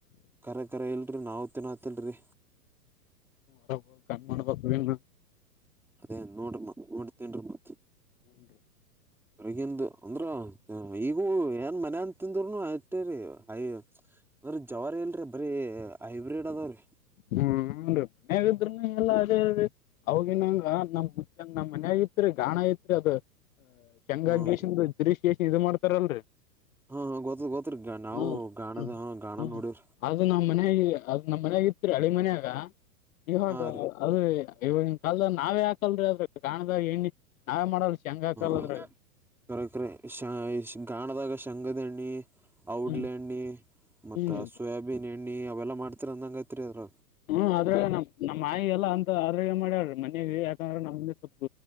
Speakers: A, in the centre; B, on the left.
A: ಕರೆ ಕರ ಇಲ್ರಿ ನಾವು ತಿನ್ನತಿಲ್ರಿ
B: ರ ಕಣ ಮಾಡ
A: ಅದೇ ನೋಡ್ರಿಮ್ಮ ನೋಡತೇನ್ರಿಿ ಮತ್
B: ಇನ್ನು
A: ಹೊಗಿಂದು ಅಂದ್ರ ಈಗೂ ಏನ್ ಮನನ್ ತಿಂದರುನು ಅಟ್ಟೇರಿ ಹಯ ಅದ್ರೀ ಜವಾರ ಇಲ್ರರಿ ಬರಿೀ ಹೈಬ್ರಿಡ್ ಅದಾವ್ರೀ
B: ಹ್ಮನ್ೀ ಮನ್ಯಾಗಿದ್ರ ಎಲ್ಲ ಅದೇ ಅ ಅವಗಿನಂಗ ನಮ್ ಮು ನಮ್ಮ ಮನ್ಯಾಗ ಇತ್ರಿ ಗಾಣ ಐತ್ರಿ ಅದ ಶೇಂಗ
A: ಹ್ಮ್
B: ಗೀಷನ್
A: ರೀ
B: ಗಿರೀಶ್ ಗೀಷನ್ ಇದು ಮಾಡ್ತಾರಲ್ರರಿ
A: ಹಾ ಗೊತ್ತ ಗೊತ್ರಿ ನಾವು
B: ಹ್ಮ
A: ಗಾಣದ ಹ ಗಾಣ ನೋಡವ್ರಿ
B: ಅದು ನಮ್ಮ ಮನಗೆ ಅದು ನಮ್ಮ ಮನ್ಯಾಗ ಇತ್ರಿ ಹಳಿ ಮನ್ಯಾಗ ನೀವಾಗ
A: ಹಾ ರೀ
B: ಅದು ಇವಿನ ಕಾಲದ ನಾವೇ ಹಾಕಲ್ರಿ ಅದ್ರ ಕಾಣದಾಗ ಎಣ್ಣಿ ನಾವೇ ಮಾಡಲ್ ಶ ಹೆಂಗ ಹಾಕಲ್ಲದ್ರ
A: ಹ ಕರೆ ಕರೆ ಶ ಗಾಣದಾಗ ಶಂಗದಹಣ್ಣ ಔಡ್ಲೆ
B: ಹ್ಮ್
A: ಹಣ್ಣಿ ಮತ್ತ
B: ಹ್ಮ್
A: ಸೋಯಾಬೀನ್ ಎಣ್ಣಿ ಅವೆಲ್ಲಾ ಮಾಡ್ತೀರಿ ಅಂದಂಗ ಐತ್ರಿ ಅದ್ರ
B: ಹ್ಮ್ ಆದ್ರ ನಮ್ ನಮ್ಮ್ಾಯಿ ಎಲ್ಲ ಅಂತ ಆದ್ರ ಮಾಡ್ಯಾ್ರಿ ಮನ್ಯಗೆ ಯಾಕಂದ್ರೆ ನಮ ಸ್ವಲ್ಪ